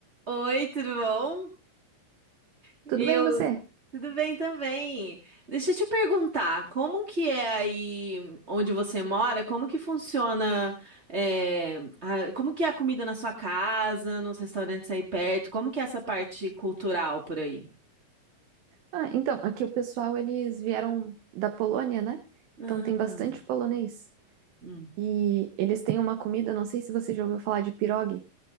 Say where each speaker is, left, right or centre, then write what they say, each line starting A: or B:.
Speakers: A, on the right; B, on the right.
A: Oi, tudo bom? Eu,
B: Tudo bem, você?
A: tudo bem também. Deixa eu te perguntar, como que é aí onde você mora? Como que funciona, é, a- como que é a comida na sua casa, nos restaurantes aí perto? Como que é essa parte cultural por aí?
B: Ah, então, aqui o pessoal, eles vieram da Polônia, né?
A: Ah,
B: Então tem bastante polonês.
A: hum.
B: E eles têm uma comida, não sei se você já ouviu falar de pirogue.